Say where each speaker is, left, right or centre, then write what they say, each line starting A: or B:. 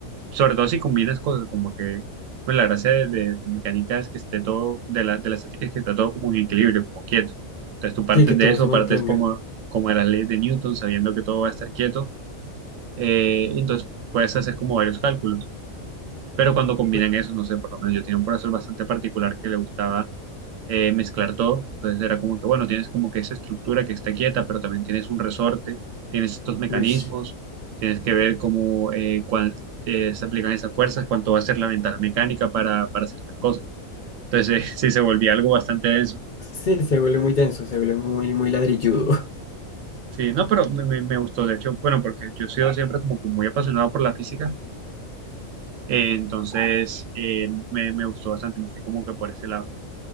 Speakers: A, on the right; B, on the left.
A: Sobre todo si combinas cosas, como que pues, la gracia de, de- de mecánica es que esté todo, de la, de la estática es que está todo como en equilibrio, como quieto. Entonces tú partes
B: Sí, que todo
A: de eso,
B: se mantenga.
A: partes como, como de las leyes de Newton, sabiendo que todo va a estar quieto, eh, entonces puedes hacer como varios cálculos. Pero cuando combinan
B: Uy,
A: eso, no sé, por lo menos yo tenía un profesor bastante particular que le gustaba eh, mezclar todo. Entonces era como que, bueno, tienes como que esa estructura que está quieta, pero también tienes un resorte, tienes estos mecanismos,
B: uy,
A: tienes que ver cómo eh, cuán- eh, se aplican esas fuerzas, cuánto va a ser la ventaja mecánica para, para hacer tal cosa. Entonces eh, <laughs> sí se volvía algo bastante denso.
B: Sí, se vuelve muy denso, se vuelve muy, muy ladrilludo.
A: Sí, no, pero me, me- me gustó, de hecho, bueno, porque yo he sido siempre como que muy apasionado por la física, eh, entonces eh, me, me gustó bastante, me fui como que por ese lado.